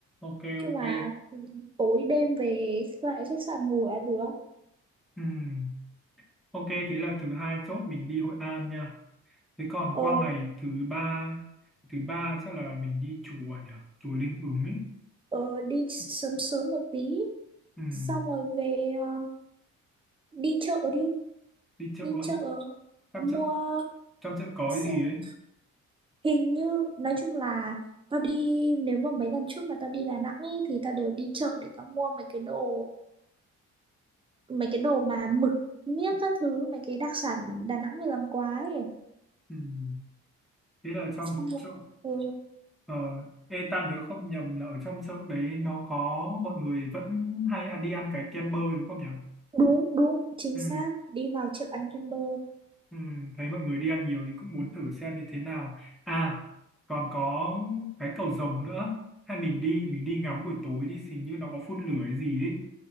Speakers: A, in the centre; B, on the right.
A: ok
B: chứ
A: ok
B: mà ừ, tối đêm về lại khách sạn ngủ là được
A: Ừm, ok thế là thứ hai chốt mình đi Hội An nha thế còn
B: ờ
A: qua ngày thứ ba thứ ba chắc là mình đi chùa nhỉ chùa Linh Ứng ấy
B: ờ, đi sớm sớm một tí
A: Ừm,
B: xong rồi về ờ, đi chợ đi
A: đi chợ
B: đi
A: á.
B: chợ
A: trong
B: mua
A: chợ trong chợ có
B: xem
A: cái gì đấy
B: hình như nói chung là tao đi nếu mà mấy lần trước mà tao đi Đà Nẵng ý, thì tao đều đi chợ để tao mua mấy cái đồ mấy cái đồ mà mực miếc các thứ mấy cái đặc sản Đà Nẵng về làm quá ấy
A: Ừm, thế là trong
B: xong rồi
A: chợ
B: ừ,
A: Ờ, ê, tao nhớ không nhầm là ở trong chợ đấy nó có mọi người vẫn hay ăn đi ăn cái kem bơ đúng không nhỉ?
B: đúng đúng chính
A: Ừ,
B: xác đi vào chợ ăn kem bơ
A: ừ, thấy mọi người đi ăn nhiều thì cũng muốn thử xem như thế nào. À, còn có cái cầu rồng nữa. Hay mình đi mình đi ngắm buổi tối đi, hình như nó có phun lửa hay gì ấy.